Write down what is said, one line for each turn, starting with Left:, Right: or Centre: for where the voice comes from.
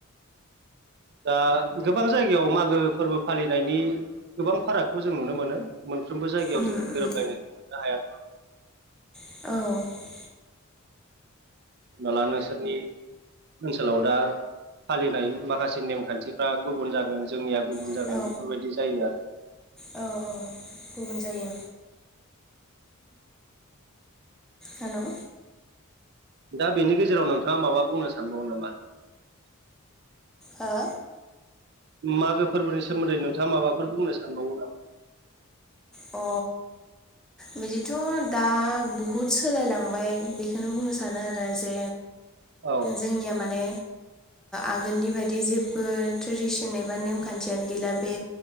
Right: दा गोबां जायगायाव मागो फोरबो फालिनायनि गोबां फारागखौ जों नुनो मोनो। मोनफ्रोमबो जायगायाव
Centre: उम
Right: जोङो
Centre: उम
Right: गोरोबलायनायखौ मोननो हाया।
Centre: औ
Right: हमना ला नोंसोरनि ओनसोलाव दा फालिनाय माखासे नेमखान्थिफ्रा गुबुन जागोन जोंनिया गुबुन
Centre: औ
Right: जागोन बेफोरबायदि जायो आरो।
Centre: औ औ गुबुन जायो। हेलौ
Right: दा बेनि गेजेराव नोंथाङा माबा बुंनो सानबावो नामा?
Centre: हो
Right: माबे फोरबोनि सोमोन्दै नोंथाङा माबाफोर बुंनो सानबावो नामा?
Centre: अ बिदिथ' दा बहुद सोलायलांबाय बेखौनो बुंनो सानो आरो जे
Right: औ
Centre: जोंनिया माने आगोलनि बायदि जेबो ट्रेडिसन एबा नेमखान्थियानो गैला। बे